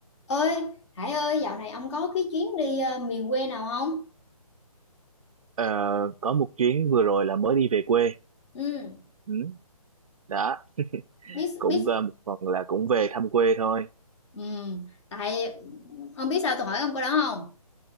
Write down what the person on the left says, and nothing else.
ơi Hải ơi dạo này ông có cái chuyến đi ờ, miền quê nào không
ừ
biết
biết
ừ, tại ông biết sao tôi hỏi ông câu đó không